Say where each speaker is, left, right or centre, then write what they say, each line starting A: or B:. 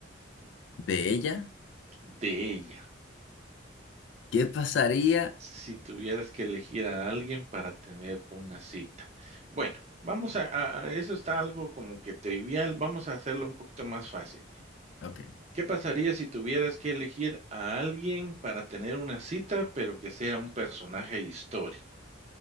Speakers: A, on the left; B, on the right.
A: De ella,
B: de ella,
A: ¿qué pasaría?
B: si tuvieras que elegir a alguien para tener una cita. Bueno, vamos a, a- a- eso está algo como que trivial, vamos a hacerlo un poquito más fácil.
A: Ok.
B: ¿Qué pasaría si tuvieras que elegir a alguien para tener una cita, pero que sea un personaje histórico?